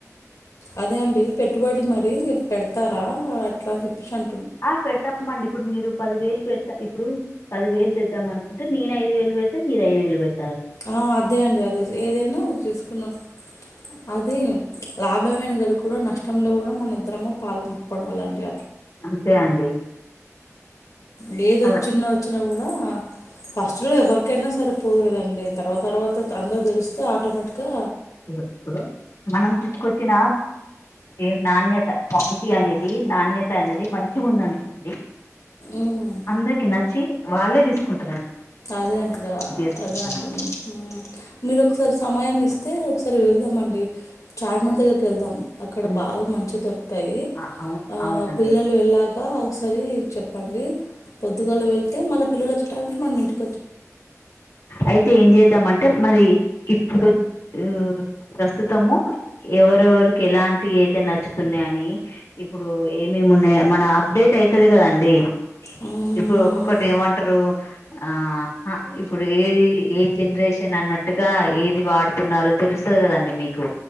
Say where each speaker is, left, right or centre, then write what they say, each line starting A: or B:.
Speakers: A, on the left; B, on the left.
A: అదే అండి పెట్టుబడి మరి పెడతారా అట్లా చెప్పించం
B: ఆ పెడతా మండి ఇప్పుడు మీరు పది వేలు పెడతా ఇప్పుడు పది వేలు తెద్దాం అనుకుంటే నేను ఐదు వేలు పెడతను మీరు ఐదు వేలు పెడతా
A: ఆ అదే అండి అదే ఏదైనా చూసుకున్నాం అది లాభమైన కదిక కూడా నష్టంలో కూడా మన ఇద్దరము పాల్గొపోవడం అలాంటి
B: అంతే అండి
A: లేద
B: అలా
A: వచ్చన్న వచ్చిన కూడా <unintelligible> ఫస్ట్ లో ఎవరికైనా సరిపోదు కదండి తర్వా తర్వాత అందరు తెలిస్తే ఆటోమేటిక్ గా
B: ఇప్పుడు మనం తీసుకొచ్చిన ఏ నాణ్యత క్వాలిటీ అనేది నాణ్యత అనేది మంచి ఉందనుకోండి
A: ఉమ్
B: అందరికి నచ్చి వాళ్ళే తీసుకుంటు
A: అదే అక్క అదే అంటుడు
B: చేసుకుంటారండి
A: అదే అంటున్నా మీరు ఒకసారి సమయం ఇస్తే ఒకసారి వెళ్దా మండి చార్మినార్ దగ్గరికి వెళ్దాం అక్కడ
B: ఉమ్,
A: బాగా మంచి దొరుకుతాయి
B: ఆ అవును
A: ఆ
B: అవునండి
A: పిల్లలు వెళ్లాక ఒకసారి చెప్పండి పొద్దుగాళ వెళ్తే మళ్ళ పిల్లల వచ్చేటైమ్ కి మనం ఇంటి
B: అయితే ఏం చేద్దామంటే మరి ఇప్పుడు ఆ ప్రస్తుతము ఎవరెవరికి ఎలాంటివి అయితే నచ్చుతున్నా అని ఇప్పుడు ఏమి ఏమి మున్నే మన అప్డేట్ అయితది కదండి
A: మ్మ్
B: ఇప్పుడు ఒక్కొక్కటి ఏమంటారు ఆ అ ఇప్పుడు ఏది ఏ జనరేషన్ అన్నట్టుగా ఏది వాడుతున్నారో తెలుస్తది కదండి మీకు